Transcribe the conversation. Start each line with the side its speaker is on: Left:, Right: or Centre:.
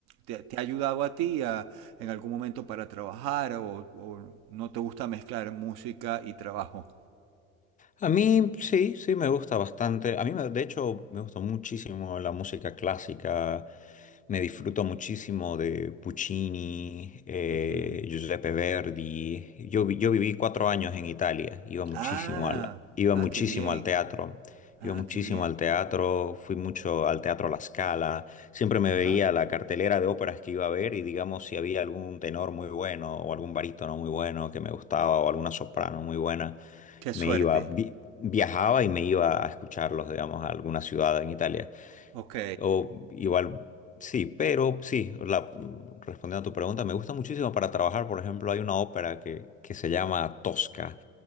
Right: ¿Te, te ha ayudado a ti a, en algún momento para trabajar o, o no te gusta mezclar música y trabajo.
Left: A mí sí, sí me gusta bastante. A mí, me- de hecho, me gusta muchísimo la música clásica. Me disfruto muchísimo de Puccini, eh,
Right: Ujú.
Left: Giuseppe Verdi. Yo, vi- yo viví cuatro años en Italia. Iba muchísimo
Right: Ah,
Left: al, iba
Right: ah,
Left: muchísimo
Right: qué bien.
Left: al teatro.
Right: Ah,
Left: Iba muchísimo
Right: qué bien.
Left: al teatro, fui mucho al Teatro La Scala, siempre me
Right: Ajá.
Left: veía la cartelera de óperas que iba a ver y digamos si había algún tenor muy bueno o algún barítono muy bueno que me gustaba o alguna soprano muy buena,
Right: Qué suerte.
Left: me iba, vi- viajaba y me iba a escucharlos, digamos, a alguna ciudad en Italia.
Right: Ok.
Left: O igual, sí, pero sí, la- respondiendo a tu pregunta, me gusta muchísimo para trabajar. Por ejemplo, hay una ópera que, que se llama Tosca